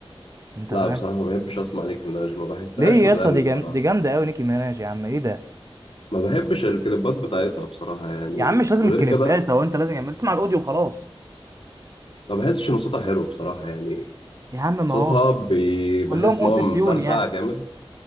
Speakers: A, on the right; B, on the left.
A: انت
B: لا
A: فاهم
B: بصراحة ما بحبش أسمع نيكي ميناج ما بحسهاش
A: ليه
B: بتغني
A: يا اسطى دي
B: بصراحة
A: جام... دي جامده قوي نيكي ميناج يا عم ايه ده
B: ما بحبش الكليبات بتاعتها بصراحة يعني
A: يا عم مش لازم
B: وغير
A: الكليبات
B: كده
A: هو انت لازم يعني اسمع الاوديو وخلاص
B: ما بحسش إن صوتها حلو بصراحة يعني
A: يا عم
B: صوتها
A: ما هو
B: بي... بحس
A: كلهم
B: إن
A: اوتو
B: هو مسرسع
A: تيون يعني
B: جامد